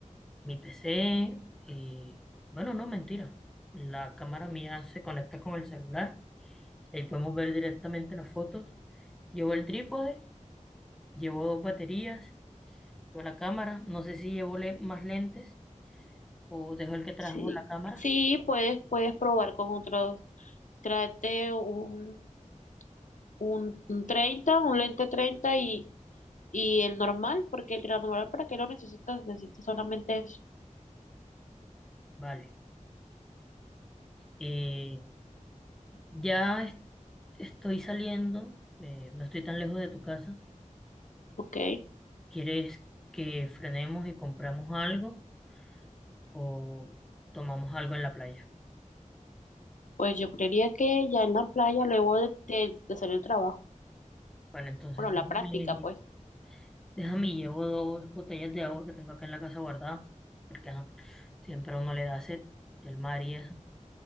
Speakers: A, in the centre; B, on the left.
A: mi PC. eh, bueno, no, mentira. La cámara mía se conecta con el celular. Ahí podemos ver directamente las fotos. Llevo el trípode, llevo dos baterías, llevo la cámara. No sé si llevo le- más lentes o dejo el que trajo
B: Sí,
A: la cámara.
B: sí, puedes, puedes probar con otros. Trate un, un, un 30, un lente 30 y, y el normal, porque el normal, ¿para qué lo necesitas? Necesitas solamente eso.
A: Vale. Eh, Ya es- estoy saliendo, eh, no estoy tan lejos de tu casa.
B: Ok,
A: ¿Quieres que frenemos y compramos algo o tomamos algo en la playa?
B: pues yo creería que ya en la playa, luego de, de, de salir del trabajo,
A: Bueno, entonces
B: bueno,
A: déjame,
B: la práctica, pues,
A: déjame, llevo dos botellas de agua que tengo acá en la casa guardada, porque ajá, siempre a uno le da sed, el mar y eso.